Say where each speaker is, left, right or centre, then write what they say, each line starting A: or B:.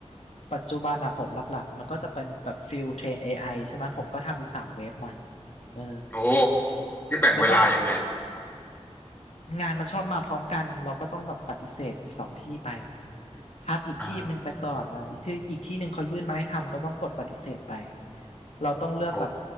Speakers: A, on the left; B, on the left.
A: ปัจจุบันอ่ะผมหลักๆมันก็จะเป็นแบบฟิลเทรน AI ใช่ไหมผมก็ทำอยู่สามเว็บนะเออ
B: โอ้นี่แบ่งเวลายังไง
A: ก็ต้องงานมันชอบมาพร้อมกันเราก็ต้องแบบปฏิเสธอีกสองที่ไป พักอีกที่หนึ่งไปก่อนอ่าอีกที่อีกที่หนึ่งเขายื่นมาให้ทำก็ต้องกดปฏิเสธไป
B: อ่า
A: เราต้องเลือกแบบ
B: โอ้